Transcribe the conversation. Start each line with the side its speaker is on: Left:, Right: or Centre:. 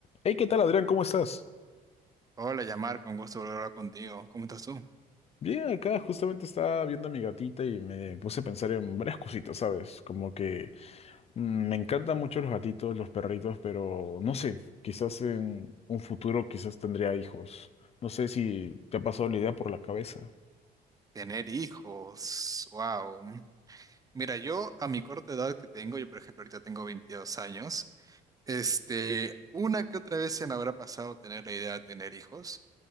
Left: Hey, ¿qué tal, Adrián? ¿Cómo estás?
Right: Hola, Yamar, con gusto volver a hablar contigo. ¿Cómo estás tú?
Left: Bien, acá justamente estaba viendo a mi gatita y me puse a pensar en varias cositas, ¿sabes? Como que mm, me encantan mucho los gatitos, los perritos, pero no sé, quizás en un futuro quizás tendría hijos. No sé si te ha pasado la idea por la cabeza.
Right: Tener hijos, wow. Mira, yo a mi corta edad que tengo, yo por ejemplo ahorita tengo 22 años, este, una que otra vez se me habrá pasado tener la idea de tener hijos.